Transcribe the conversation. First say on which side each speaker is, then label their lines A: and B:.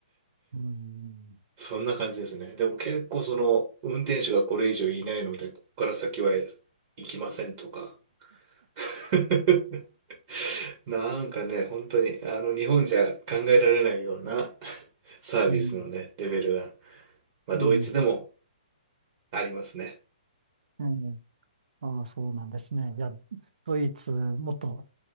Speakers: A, on the right; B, on the right.
A: うん。うん。
B: そんな感じですね。でも結構その、運転手がこれ以上いないので、ここから先は行きませんとか。<laughs> なんかね、本当に、あの、日本じゃ考えられないような <laughs> サービスのね、
A: うん。
B: レベルが、まあ、
A: うん
B: ドイツでもありますね。
A: ええああ、そうなんですね。いや、ドイツ、もっと、